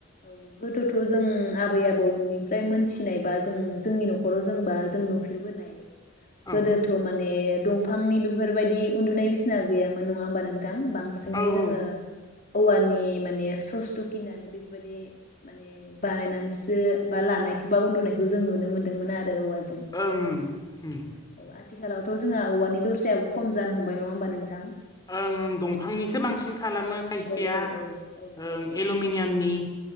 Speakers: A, on the left (about 45°); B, on the left (about 20°).
A: औ गोदोथ' जों आबै आबौनिफ्राय मोनथिनायबा जों जोंनि न'खराव जोंबा जों नुफेरबोनाय
B: औ
A: गोदोथ' माने दंफांनि बेफोरबायदि उन्दुनाय बिसिना गैयामोन नङा होमबा नों थां बांसिंयै
B: औ ओं
A: जोङो औवानि माने सस थ'गिना नैबे बायदि माने बानायनानैसो बा लानायखौ बा उन्दुनायखौ जों नुनो मोन्दोंमोन आरो औवा
B: ओं ओं उम।
A: औ आथिखालावथ' जोंहा औवानि दरसायाबो खम जानो हमबाय नङा होमबा नोंथां?
B: ओं ओं दंफांनिसो बांसिन
A: औ।
B: खालामो खायसेया
A: औ औ औ औ
B: ओं एल'मिनि यामनि।